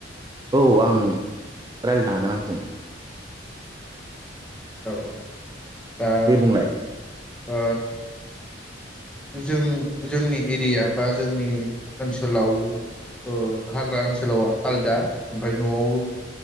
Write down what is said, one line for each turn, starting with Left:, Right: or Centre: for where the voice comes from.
Right: औ आं रायलायनो हागोन आंजों।
Centre: औ औ दा
Right: दे बुंलाय
Centre: ओ जों जोंनि एरिया बा जोंनि ओनसोलाव ओ हाग्रा ओनसोलाव आलदा ओमफ्राय न'आव